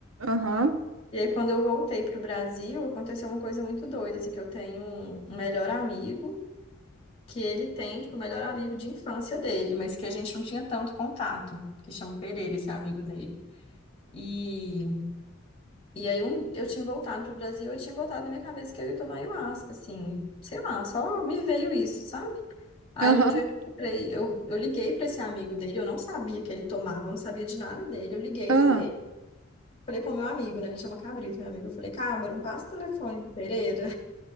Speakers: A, on the right (about 85°); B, on the left (about 30°).
A: Aham,
B: E aí, quando eu voltei pro Brasil, aconteceu uma coisa muito doida, assim, que eu tenho um, um melhor amigo, que ele tem, tipo, o melhor amigo de infância dele, mas que a gente não tinha tanto contato, que chama Pereira, esse amigo dele. E, e aí, um, eu tinha voltado pro Brasil, eu tinha botado na minha cabeça que eu ia tomar ayahuasca, assim, sei lá, só me veio isso, sabe? Aí,
A: aham,
B: um dia eu encontrei, eu, eu liguei para esse amigo dele, eu não sabia que ele tomava, eu não sabia de nada dele, eu liguei
A: ah.
B: para ele. Falei com o meu amigo, né? Ele chama Cabrito, meu amigo. Eu falei, Cabra, me passa o telefone do Pereira.